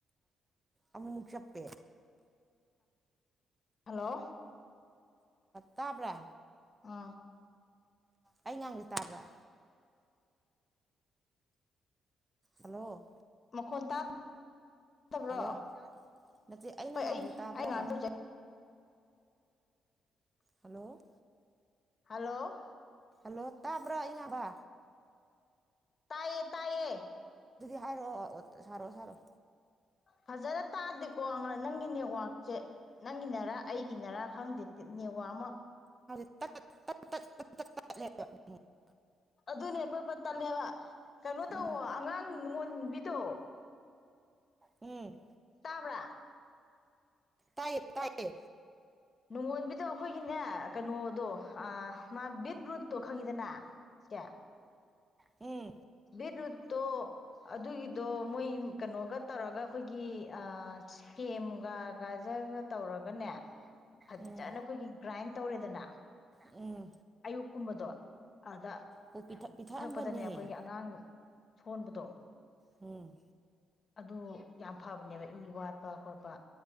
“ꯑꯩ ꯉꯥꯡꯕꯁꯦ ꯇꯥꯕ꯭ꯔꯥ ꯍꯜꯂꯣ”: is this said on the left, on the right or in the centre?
Right